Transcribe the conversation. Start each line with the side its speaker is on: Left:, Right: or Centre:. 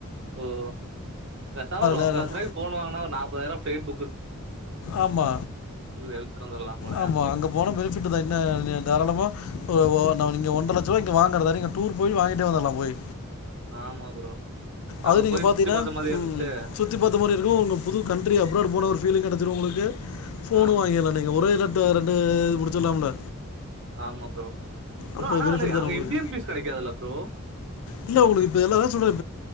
Right: உம் பேசாம ஒரு ஒன்ற
Left: நேரம்
Right: லட்ச ரூபாய்க்கு போனு வாங்குனா ஒரு நாப்பதாயிரம் ஃபேயிட் புக்கு
Left: ஆமா
Right: எடுத்துட்டு வந்துரலா போல
Left: ஆமா
Right: ஏன் ப்ரோ
Left: அங்க போன பெனிபிட்தா என்ன நீ தாராளமா ஒ ஓ எனா அவுன் ஒண்ற லட்ச ரூவா இங்க வாங்கறதா யாரு நீங்க டூர் போய் வாங்கிட்டே வந்தர்லா போய்
Right: ஆமா ப்ரோ நம்மளுக்கு
Left: அது நீங்க
Right: போய்
Left: பாத்தீங்கனா
Right: சுத்தி பாத்த மாரியே இருந்துச்சு
Left: ம் சுத்தி பாத்த மாரி இருக்கு உங்க புது கண்ட்ரி அப்ரோட் போன ஒரு பீலிங் கெடைச்சுரு உங்குளுக்கு போனு
Right: ஆ
Left: வாங்கிறலா நீங்க ஒரே இத இந்த ரெண்டேயை முடிச்சிலாம்ல
Right: ஆமா ப்ரோ ப்ரோ
Left: அப்போ
Right: ஆனா
Left: பெனிஃபிட்
Right: அதுல்ல
Left: தானே
Right: அங்க
Left: உங்களுக்கு
Right: இந்தியன் பீஸ் கிடைக்காதுல்ல ப்ரோ
Left: இல்ல உங்களுக்கு இப்ப எல்லாம் அதான் சொல்றேன்.